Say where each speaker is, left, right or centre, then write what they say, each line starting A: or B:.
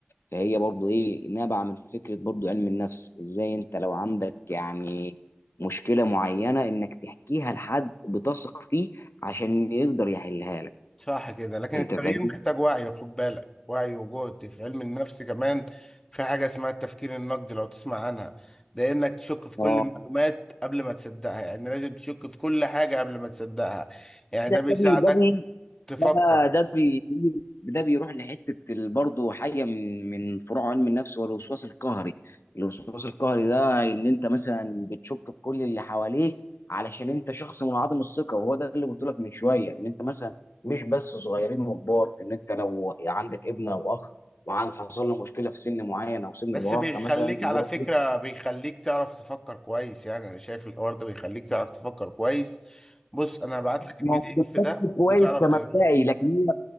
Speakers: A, on the left; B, on the left.
A: فهي برضو ايه نابعه من فكره برضو علم النفس ازاي انت لو عندك يعني مشكله معينه انك تحكيها لحد بتثق فيه عشان يقدر يحلها لك
B: صح كده لكن
A: انت
B: التغيير
A: فاهم
B: محتاج وعي خد بالك وعي وجهد في علم النفس كمان في حاجة اسمها التفكير النقدي لو تسمع عنها ده انك تشك في كل
A: اه
B: المعلومات قبل ما تصدقها يعني لازم تشك في كل حاجة قبل ما تصدقها يعني
A: ده
B: ده بيساعدك
A: ده بي- ده
B: تفكر
A: ده ده بي ده بيروح لحته ال- برضه حاجه من من فروع علم النفس والوسواس القهري الوسواس القهري ده ان انت مثلا بتشك في كل اللي حواليك علشان انت شخص منعدم الثقه وهو ده اللي قلت لك من شويه ان انت مثلا مش بس صغيرين وكبار ان انت لو عندك ابن او اخ وعند حصل له مشكله في سن معين او سن
B: بس
A: المراهقه
B: بيخليك
A: مثلا انه
B: على
A: يروح
B: فكرة بيخليك تعرف تفكر كويس يعني انا شايف الحوار ده بيخليك تعرف تفكر كويس بص انا هبعت لك البي
A: موجود
B: دي اف ده
A: كويس
B: وتعرف
A: كمبدئي
B: تقراه
A: لكن